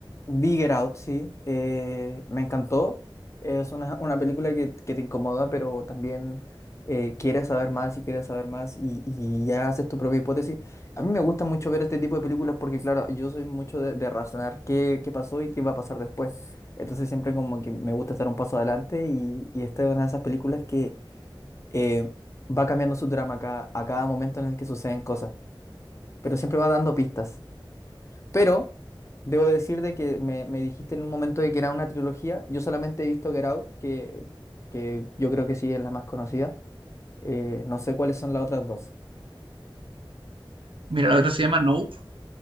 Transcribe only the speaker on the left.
Bigger Out, sí. eh, me encantó. Es una, una película que, que te incomoda, pero también eh, quieres saber más y quieres saber más y, y ya haces tu propia hipótesis. A mí me gusta mucho ver este tipo de películas porque, claro, yo soy mucho de, de razonar qué, qué pasó y qué va a pasar después. Entonces siempre como que me gusta estar un paso adelante y, y esta es una de esas películas que eh, va cambiando su trama a cada, a cada momento en el que suceden cosas, pero siempre va dando pistas. Pero debo decir de que me, me dijiste en un momento de que era una trilogía. Yo solamente he visto Get Out, que, que yo creo que sí es la más conocida. Eh, no sé cuáles son las otras dos.